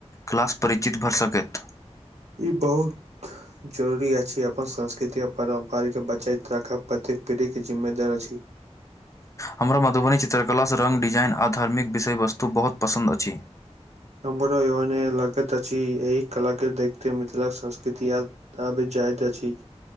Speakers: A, on the left (about 30°); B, on the right (about 75°).
A: क्लास परिचित भऽ सकैत।
B: इ बहुथ जरूरी अछि अपन संस्कृति आ परारम्परिके बचाय राखब प्रत्येक पीढ़ीके जिम्मेदार अछि।
A: हमरो मधुबनी चित्रकलासँ रंग डिजाइन आ धार्मिक विषय वस्तु बहुत पसन्द अछि।
B: हम्बरो योने लगैत अछि एहि कलाक के देखत मिथिलाक संस्कृति याद त अबी जाइत अछी।